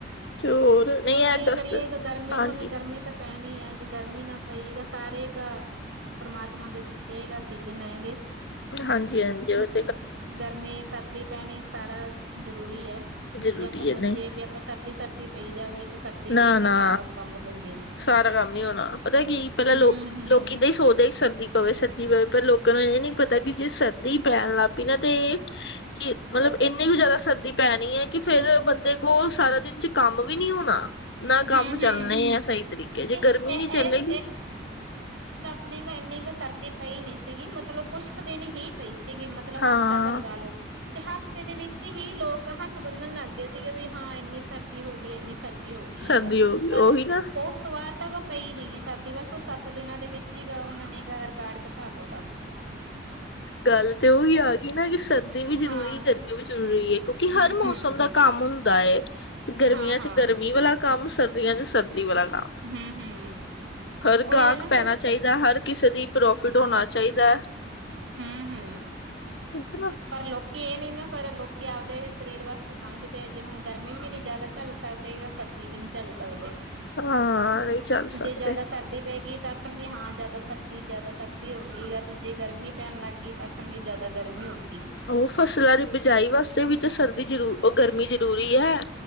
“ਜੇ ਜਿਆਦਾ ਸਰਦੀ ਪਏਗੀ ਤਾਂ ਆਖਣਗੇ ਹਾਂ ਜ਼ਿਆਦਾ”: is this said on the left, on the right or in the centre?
Right